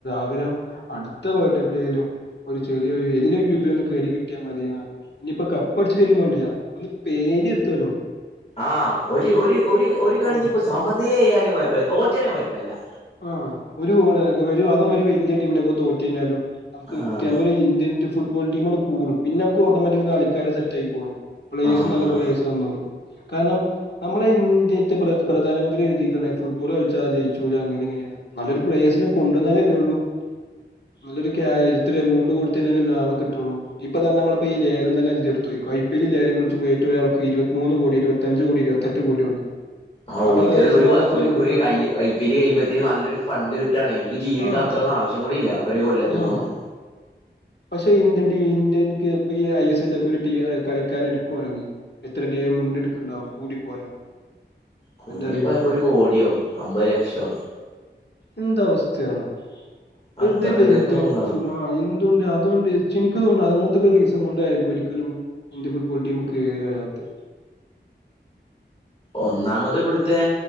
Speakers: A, on the left (about 65°); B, on the left (about 35°).
A: ആഗ്രഹം അടുത്ത വേൾഡ് കപ്പിലേലും ഒരു ചെറിയൊരു ഏതിലൊരുഒരു ഗ്രൂപ്പില ഒന്ന് കയറി കിട്ടാൽ മതിയ ഇനിയിപ്പോ പഠിച്ചിട്ടലും വേണ്ടില്ല ഒന്ന് പേര് എത്തുല്ലോ
B: ആ ഒര് ഒര് ഒര് ഒര് കളിഞ്ഞ്
A: ആഹ്
B: ഇപ്പൊ സമനിലയാലും കെപ്പല്ല്യാ തോറ്റാലും കെയ്പ്പല്യാ
A: ആ ഒരു ഗോള് അതും വലിയ ടീമിന്റെ ഒക്കെ തോറ്റ് കഴിഞ്ഞാലും നമുക്ക്
B: ആഹ്
A: ഇന്ത്യ ഫുട്ബോൾ ടീം ഒന്ന് കൂടും. പിന്നെ നമുക്ക് ഓട്ടോമാറ്റിക് കളിക്കാരും സെറ്റായിക്കോളും. പ്ലെയെഴ്സ്
B: ആഹ്
A: നല്ല പ്ലയെര്സ് വന്നോളും കാരണം നമ്മളെ ഇന്ത്യത്തെ പ്രധാ പ്രധാനമന്ത്രി കരുതിക്കാണ് ഫുട്ബോൾ കളിച്ചാൽ ജയിച്ചുല അങ്ങനെ ഇങ്ങനെ നല്ലൊരു പ്ലേയേസിന് കൊണ്ടുവന്നാലല്ലേ ഉള്ളു. നല്ലൊരു ക്കെ ആയ ഇത്ര എമൗണ്ട് കൊടുത്തുകഴിഞ്ഞാലെ ആളെ കിട്ടുള്ളൂ. ഇപ്പൊ തന്നെ നമ്മളിപ്പയീ ലേലം തന്നെ എടുത്തു ഐ പി എൽ ലേലം വിളിച്ചപ്പോ ഏറ്റവും ഒരാൾക്ക് ഇരുപത്തിമൂന്ന് കോടി ഇരുപത്തഞ്ച് കോടി ഇരുപത്തെട്ട് കോടി കൊടുക്കണം.
B: ആഹ്
A: അപ്പൊ
B: ഓൽക്ക്
A: അത് ഐ എസ്
B: ഒരു
A: എൽ കാരന് എത്രയാ കൊടുക്കാക്കൂ
B: ഒരുഐ ഐ പി എൽ കഴിയുമ്പോഴ്ത്തേന് നല്ലൊരു ഫണ്ട് കിട്ടാണെ. ഓൽക്ക് ജീവിക്കാ
A: ആഹ്
B: ത്ര ആവശ്യം കൂടിയില്ല ഒരു കൊല്ലത്തെക്കൊന്നും
A: ആഹ് പക്ഷെ ഇന്ത്യൻ ടീമിൽ ഐ എസ് എൽ ഒക്കെ ഒരു കളിക്കാനെടുക്കുവാണെങ്കി എത്ര <unintelligible> യി മുന്നെടുക്കുണ്ടാവും കൂടിപ്പോയാ
B: കൂടിപ്പോയാ
A: അന്റെ അറിവില്
B: ഇപ്പൊ ഒരു കോടിയോ അമ്പ ലക്ഷോ
A: എന്ത് അവസ്ഥയാടാ? വെറുതെയല്ല
B: അത്രൊക്കെ തന്നെ
A: ഇന്ത്യൻ
B: തോന്നുണു
A: ഫു ആ എന്തുകൊണ്ട് അതുകൊണ്ട് <unintelligible> അങ്ങനത്തക്കെ ഒരു റിസൺ കൊണ്ടായിരിക്കും ഒരിക്കലും ഇന്ത്യ ഫുട്ബോൾടീമ് കേറി വരാത്തെ
B: ഒന്നാമത് ഇവിടുത്തെ